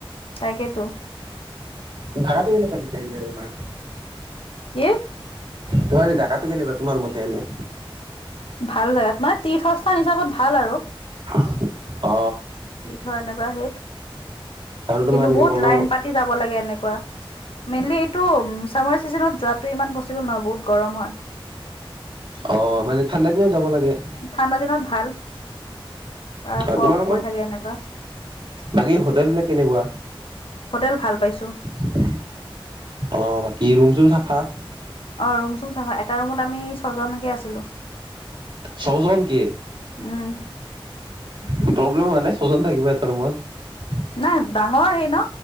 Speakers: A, on the left; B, on the right.
A: তাকেতো।
B: ভাড়াটো কেনেকুৱা পিছে যে তোমাৰ।
A: কি।
B: তোমাৰ এই জাগাটো কেনেকুৱা তোমাৰ মতে এনে।
A: ভাল জেগাত মানে তীৰ্থস্থান হিচাপত ভাল আৰু।
B: অহ অ।
A: তীৰ্থ এনেকুৱা হেৰিত।
B: আৰু তোমাৰ
A: কিন্তু বহুত
B: কি ক'ব
A: লাইন পাতি যাব লাগে এনেকুৱা মেইনলি এইটো‌ উম। চামাৰ চিজনত যোৱাটো ইমান পচিব নহব বহুত। গৰম হয়
B: অহ মানে ঠাণ্ডা দিনত যাব লাগে।
A: ঠাণ্ডা দিনত ভাল বা
B: অ',
A: ফগ
B: তোমালোকত
A: পৰি থাকে এনেকুৱা।
B: বাকী হোটেল বিলাক কেনেকুৱা
A: হোটেল ভাল পাইছো
B: ঠিকেই। অহ বাকী ৰুম সোম চাফা।
A: অহ ৰুম সোম চাফা এটা ৰুমত আমি ছয়জন। কে আছিলোঁ
B: ছজন কি?
A: উম।
B: প্ৰব্লেম হোৱা নাই ছয়জন থাকিবা এটা ৰুমত।
A: নাই ডাঙৰ হেৰি ন